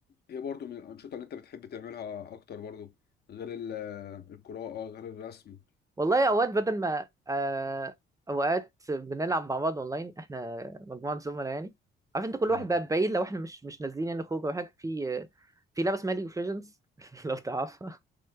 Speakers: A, on the left; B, on the right.
A: ايه برضو من الانشطه اللي انت بتحب تعملها اكتر برضو غير ال- القراءه غير الرسم
B: والله اوقات بدل ما آه، اوقات بنلعب مع بعض اونلاين احنا مجموعه زملاء يعني عارف انت كل
A: تمام
B: واحد بقى بعيد لو احنا مش مش نازلين يعني خروج او حاجه في في لعبه اسمها ليج اوف ليجندز <laughs> لو تعرفها